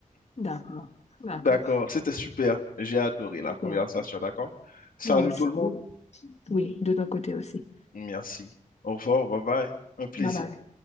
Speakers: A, on the left; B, on the left.
A: D'accord. D'accord.
B: D'accord, c'était super. J'ai adoré la
A: Super.
B: conversation, d'accord? Salut
A: Moi aussi.
B: tout le monde.
A: Oui, oui, de ton côté aussi.
B: Merci. Au revoir, bye bye. Un plaisir.
A: Bye bye.